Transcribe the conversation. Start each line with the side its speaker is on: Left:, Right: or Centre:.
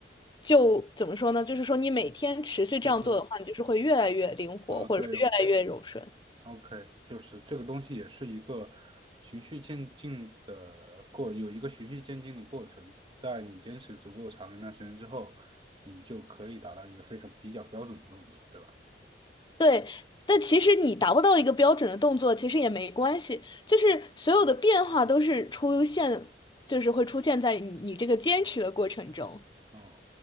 Left: 就怎么说呢？就是说你每天持续这样做的话，
Right: 就可以，
Left: 你就是会越来越灵活，
Right: 呃，
Left: 或者说越来越柔顺。
Right: 对，OK，就是这个东西也是一个循序渐进的过，有一个循序渐进的过程，在你坚持足够长一段时间之后，你就可以达到一个非常比较标准的动作，对吧？
Left: 对，但其实你达不到一个标准的动作，其实也没关系，就是所有的变化都是出现，就是会出现在你你这个坚持的过程中。
Right: 哦，